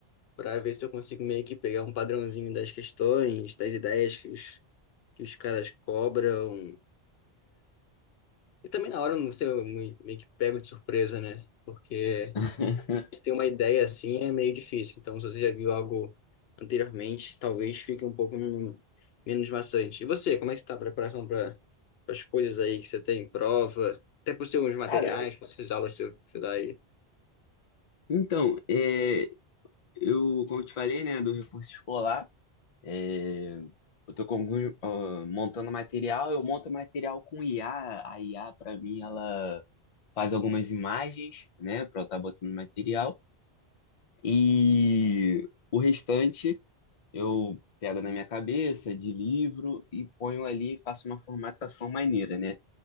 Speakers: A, on the left; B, on the left.
A: para ver se eu consigo meio que pegar um padrãozinho das questões, das ideias que os, que os caras cobram. E também na hora, eu não sei, eu me- meio que pego de surpresa, né? Porque
B: <laughs>
A: se tem uma ideia assim é meio difícil. Então, se você já viu algo anteriormente, talvez fique um pouco men- menos maçante. E você, como é que está a preparação para as coisas aí que você tem, prova, até para os seus materiais,
B: Cara,
A: para as aulas que você que você dá aí?
B: então, é, Eu, como eu te falei, né, do reforço escolar, é, eu tô com, algum- ah, montando material, eu monto material com IA. A IA, para mim, ela faz algumas imagens, né, para eu estar botando material. E o restante eu pego na minha cabeça, de livro, e ponho ali, faço uma formatação maneira, né?